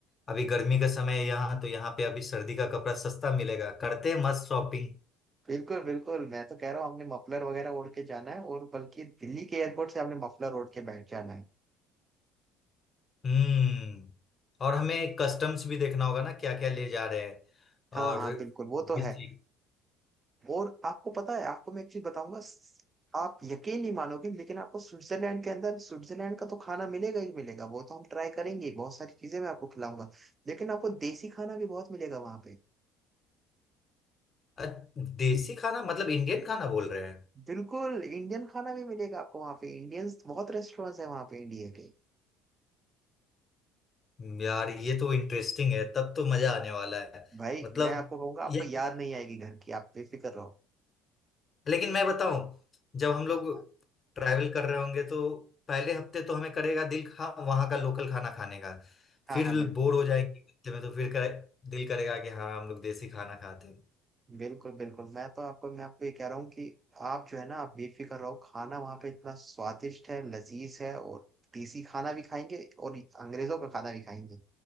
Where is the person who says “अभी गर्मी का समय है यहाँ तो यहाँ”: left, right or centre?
Left